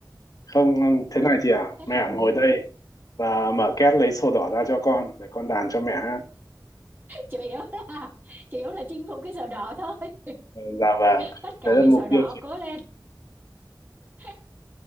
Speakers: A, on the left; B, on the right.
A: không thế này chị à
B: hết
A: mẹ
B: hồn
A: ngồi
B: liền
A: đây và mở két lấy sổ đỏ ra cho con để con đàn cho mẹ hát
B: chủ yếu là chủ yếu là chinh phục cái sổ đỏ thôi <laughs>
A: Ừ, dạ vâng
B: tất cả
A: đấy là
B: vì
A: mục
B: sổ đỏ
A: tiêu chị
B: cố lên <laughs>